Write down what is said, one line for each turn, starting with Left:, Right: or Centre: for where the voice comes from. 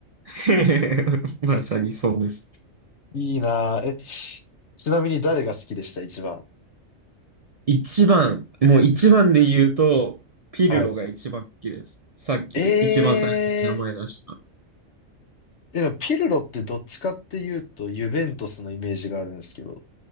Right: <laughs> まさにそうです。
Left: いいなぁ。え、ちなみに誰が好きでした一番。
Right: 一番、もう一番で言うと、ピルロが一番好きです。
Left: はい。
Right: さっき一番最初に名前出した。
Left: えー、え、ピルロってどっちかっていうと、ユベントスのイメージがあるんですけど。